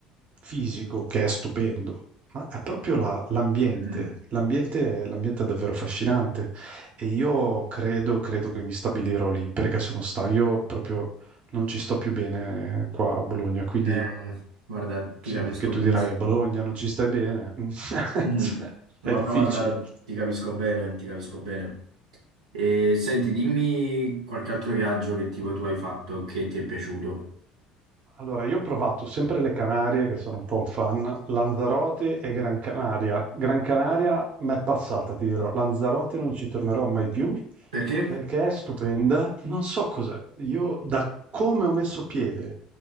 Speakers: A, on the right; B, on the right.
A: fisico che è stupendo, ma è proprio la- l'ambiente.
B: Mm.
A: L'ambiente, l'ambiente è davvero affascinante e io credo, credo che mi stabilirò lì perché sono stanco. Io proprio non ci sto più bene qua a Bologna, quindi
B: Eh, guarda, ti
A: sì,
B: capisco
A: che tu
B: benissimo.
A: dirai a Bologna non ci stai bene, <laughs>
B: Mm.
A: Cioè,
B: No,
A: è difficile.
B: però guarda, ti capisco bene, ti capisco bene. E senti, dimmi qualche altro viaggio che tipo tu hai fatto che ti è piaciuto.
A: Allora, io ho provato sempre le Canarie, che sono un po' un fan, Lanzarote e Gran Canaria. Gran Canaria m'è passata, ti dirò. Lanzarote non ci tornerò mai più
B: Perché?
A: perché è stupenda. Non so cos'è. Io, da come ho messo piede